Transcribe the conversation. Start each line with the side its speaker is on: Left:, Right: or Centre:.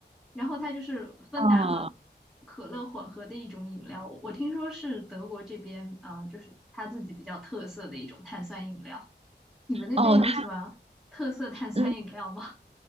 Centre: 然后它就是芬达和
Right: 哦
Centre: 可乐混合的一种饮料，我听说是德国这边啊，呃就是它自己比较特色的一种碳酸饮料。你们那边有什么特色碳酸饮料吗？
Right: 哦，它嗯。